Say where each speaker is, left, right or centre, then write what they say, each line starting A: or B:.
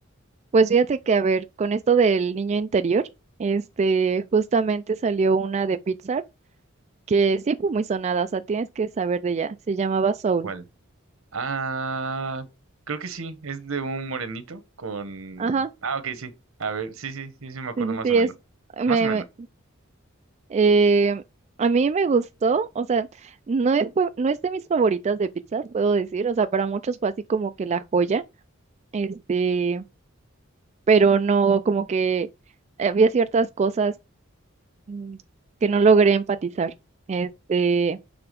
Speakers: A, on the right (about 30°); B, on the right (about 70°).
A: Pues fíjate que, a ver, con esto del niño interior, este, justamente salió una de Pixar que sí fue muy sonada, o sea, tienes que saber de ella. Se llamaba Soul.
B: ¿Cuál? Ah, creo que sí, es de un morenito con...
A: Ajá,
B: Ah, ok, sí. A ver, sí, sí, sí, sí, me acuerdo
A: sí, sí,
B: más
A: sí,
B: o menos.
A: es. me
B: Más o menos.
A: me Eh, a mí me gustó, o sea, no es, fue- no es de mis favoritas de pizza, puedo decir, o sea, para muchos fue así como que la joya, este, pero no, como que había ciertas cosas mm, que no logré empatizar, este,